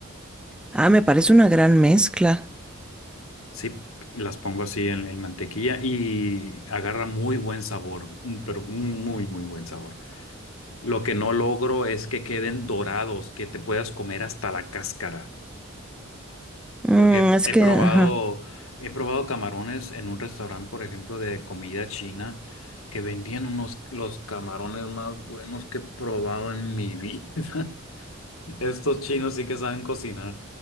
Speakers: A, in the centre; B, on the left.
A: Ah, me parece una gran mezcla.
B: Sí, las pongo así en, en mantequilla y agarra muy buen sabor, mm, pero muy, muy buen sabor. Lo que no logro es que queden dorados, que te puedas comer hasta la cáscara.
A: Mm,
B: Porque
A: es
B: he,
A: que,
B: he probado,
A: ajá.
B: he probado camarones en un restaurante, por ejemplo, de comida china, que vendían unos los camarones más buenos que he probado en mi vida. <laughs> Estos chinos sí que saben cocinar.